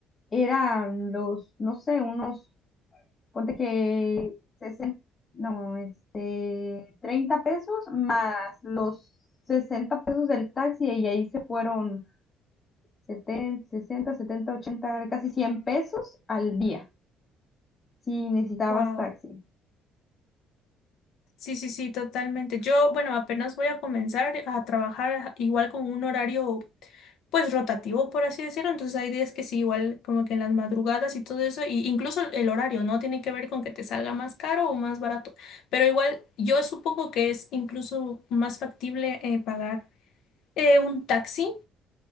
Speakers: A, on the left (about 35°); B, on the left (about 75°).
A: eran los, no sé, unos, ponte que sesenta no, este, 30 pesos más los 60 pesos del taxi y ahí se fueron setenta sesenta setenta ochenta casi 100 pesos al día si necesitabas
B: Wow.
A: taxi.
B: Sí, sí, sí, totalmente. Yo, bueno, apenas voy a comenzar a trabajar igual con un horario, pues rotativo, por así decirlo. Entonces hay días que sí, igual como que en las madrugadas y todo eso, y incluso el horario, ¿no? Tiene que ver con que te salga más caro o más barato. Pero igual yo supongo que es incluso más factible eh, pagar eh, un taxi